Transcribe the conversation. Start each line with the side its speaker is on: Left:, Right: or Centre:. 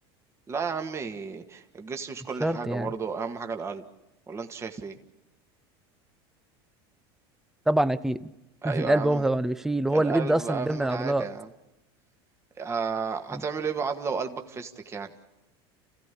Right: لا يا عمي الجسم مش
Centre: مش
Right: كل
Centre: شرط
Right: حاجه
Centre: يعني
Right: برضه اهم حاجه القلب ولا انت شايف ايه
Centre: طبعا اكيد
Right: ايوه
Centre: <laughs> القلب
Right: يا عم
Centre: هو هو اللي بيشيل وهو
Right: القلب
Centre: اللي بيدي اصلا
Right: اهم
Centre: الدم
Right: حاجه
Centre: للعضلات
Right: يا عم آه
Centre: م.
Right: هتعمل ايه بعد لو قلبك فيستك يعني